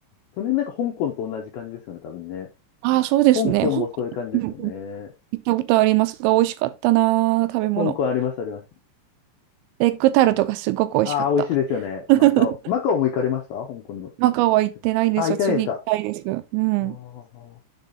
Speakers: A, on the left; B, on the right.
A: その辺なんか香港と同じ感じですよね、多分ね。
B: ああ、そうですね。
A: 香港もそういう感じですよね。
B: 香港、うんうん行ったことありますが、美味しかったな、食べ物。
A: 香港あります、あります。
B: エッグタルトがすごく美味しかった。
A: ああ、美味しいですよね。
B: <laughs>
A: マカオ。マカオも行かれました香港の。
B: マカオは行ってないんですよ。
A: ああ、行ってないですか。
B: 次行きたいです。うん。
A: ああ。